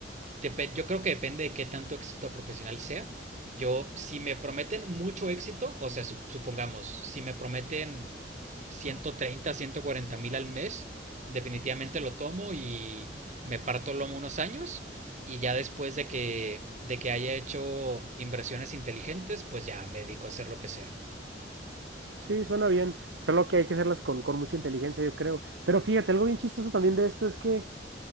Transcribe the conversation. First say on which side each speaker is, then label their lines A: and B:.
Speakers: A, on the right; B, on the right.
A: Dep yo creo que depende de qué tanto éxito profesional sea. Yo, si me prometen mucho éxito, o sea, sup- supongamos, si me prometen ciento treinta, ciento cuarenta mil al mes, definitivamente lo tomo y me parto el lomo unos años y ya después de que, de que haya hecho inversiones inteligentes, pues ya me dedico a hacer lo que sea.
B: Sí, suena bien. Solo que hay que hacerlas con, con mucha inteligencia, yo creo. Pero fíjate, algo bien chistoso también de esto es que,